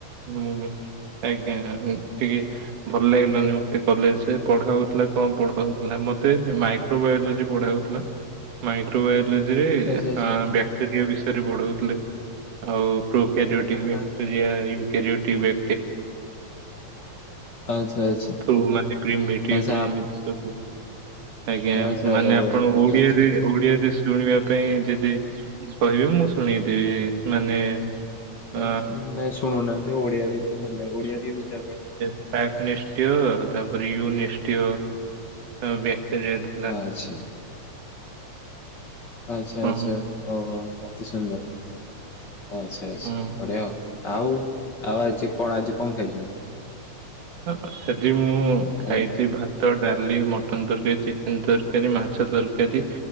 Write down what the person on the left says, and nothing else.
ଆଚ୍ଛା ଆଚ୍ଛା
ଆଚ୍ଛା
ଆଚ୍ଛ ଆଚ୍ଛା।
ଆଚ୍ଛା ଆପ
ଆଚ୍ଛା
ହଉ
ଏମିତି କଥା
ଆଚ୍ଛା ଆଚ୍ଛା
ଆଚ୍ଛା। ନାଇଁ ଶୁଣୁନାହାନ୍ତି ଓଡିଆରେ ତ ଭଲ ଲାଗବ। ଓଡିଆରେ ବୁଝା ପଡ
ଆଚ୍ଛା। ଆଚ୍ଛା,
ଆଚ୍ଛା। ଓହୋ! ଅତି ସୁନ୍ଦର। ଆଚ୍ଛା, ଆଚ୍ଛା।
ବଢିଆ ଆଉ ଆଉ ଆଜି କଣ ଆଜି କଣ ଖାଇଛ?
ଆଜ୍ଞା